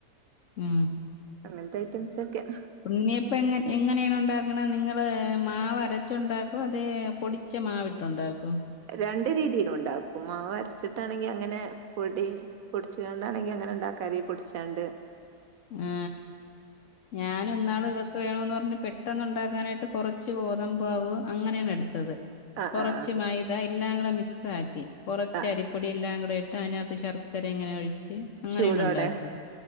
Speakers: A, on the left; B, on the right.
A: ഉം
B: അങ്ങനത്തെ ഐറ്റംസ് ഒക്കെയാ
A: ഉണ്ണിയപ്പം എങ്ങ എങ്ങനെയാണ് ഉണ്ടാക്കണത് നിങ്ങള് മാവരച്ച് ഉണ്ടാക്കുവോ അതോ പൊടിച്ച മാവിട്ട് ഉണ്ടാക്കുവോ
B: രണ്ട് രീതിയിലും ഉണ്ടാക്കും മാവ് അരച്ചിട്ടാണെങ്കി അങ്ങനെ പൊടി പൊടിച്ചണ്ടാണെങ്കിൽ അങ്ങനെ ഇണ്ടാക്കും അരി പൊടിച്ചാണ്ട്
A: ആ ഞാനും ഇന്നാള് ഇവക്ക് വേണമെന്ന് പറ ഒന്ന് പെട്ടെന്ന്‌ ഉണ്ടാക്കാനായിട്ട് കുറച്ച് ഗോതമ്പ് മാവ് അങ്ങനെയാണ് എടുത്തത്
B: ആ
A: കുറച്ച്
B: ആ
A: മൈദാ എല്ലാം കൂടെ മിക്സാക്കി കുറച്ച്
B: ആ
A: അരിപ്പൊടി എല്ലാം കൂടെ അതിനകത്ത് ശർക്കര ഇങ്ങനെ ഒഴി ച്ച് അങ്ങനെയാണ്
B: ചൂടോടെ
A: ഉണ്ടാക്കല്